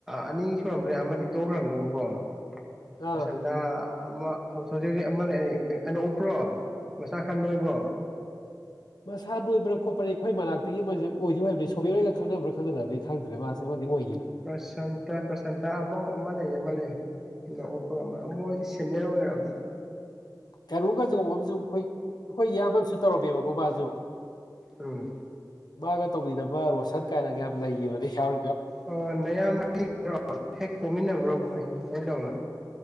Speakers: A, in the centre; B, on the left.
A: ꯑꯅꯤ ꯈ꯭ꯔꯝꯕꯅꯦ ꯑꯃꯗꯤ ꯇꯣꯛꯈ꯭ꯔꯕꯅꯦꯕꯀꯣ
B: ꯑꯥ
A: ꯄ꯭ꯔꯁꯥꯟꯇ ꯑꯃ ꯍꯧ ꯍꯧꯖꯤꯛ ꯍꯧꯖꯤꯛ ꯑꯃ ꯂꯩ ꯑ ꯑꯅꫭꯞ ꯎꯞꯄ꯭ꯔꯣ ꯃꯁꯆꯥ ꯈꯔ ꯅꯣꯏꯕ꯭ꯔꯣ
B: ꯃꯁꯥ ꯅꯣꯏꯕ꯭ꯔꯥ ꯈꯣꯠꯄ꯭ꯔꯥ ꯑꯩꯈꯣꯏ ꯃꯅꯥꯛꯇꯒꯤ ꯑꯃꯗꯤ ꯑꯣꯏꯗꯤ ꯑꫭꯏꯕꯅꯤ ꯊꯣꯕꯤꯔꯒ ꯈꯪꯅꯕ꯭ꯔꯥ ꯈꯪꯅꯗꯕꯗꯤ ꯈꯪꯗ꯭ꯔꯦ ꯃꯥꯁꯦ ꯑꯃꯗꯤ ꯑꯣꯏ
A: ꯄ꯭ꯔꯁꯥꯟꯇꯥ ꯄ꯭ꯔꯁꯥꯟꯇꯥ ꯑꯃ ꯑꯃ ꯂꯩꯌꯦ ꯃ ꯂꯩ ꯂꯦꯑꫭꯄꯒ ꯃ ꯃꯣꯏꯗꯤ ꯁꯦꯅꯤꯌꯥꯔ ꯑꯣꯏꯔꯝꯅꯤ
B: ꯀꯩꯅꯨꯒ ꯆꯒꯕ ꯑꯃꯁꯝꯨ ꯑꯩꯈꯣꯏ ꯑꯩꯈꯣꯏ ꯏꯌꯥꯝꯕꯨ ꯇꯧꯔꯝꯃꯦꯕꯀꯣ ꯃꯥꯁꯨ
A: ꯎꯝ
B: ꯃꯥꯒ ꯇꯧꯕꯤꯅꯕ ꯔꯣꯁꯟ ꯀꯥꯏꯅꯒ ꯌꯥꯝ ꯂꯩꯈꯤꯕꯅꯤ ꯁꯥꯝ
A: ꯑꯣ ꯅꯌꯥꯝ <unintelligible> ꯍꯦꯛ ꯄꯣꯝꯃꯤꯟꯅꯕ꯭ꯔꯣ ꯕꫭꯏ ꯍꯥꯏ ꯇꯧꯂ